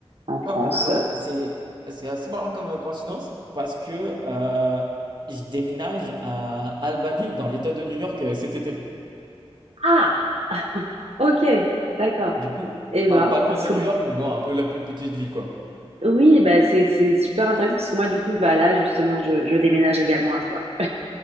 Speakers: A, on the right; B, on the right.
A: en France.
B: Oh, alors, c'est c'est assez marrant comme euh, coïncidence parce que euh, je déménage à Albany, dans l'État de New York, euh, cet été.
A: Ah, ok, d'accord.
B: Du coup,
A: Et
B: pas,
A: ben,
B: pas loin
A: parce
B: de
A: que
B: New York, mais bon, un peu la plus petite ville, quoi.
A: oui, bah c'est c'est super intéressant parce que moi du coup bah là justement je, je déménage également à New York.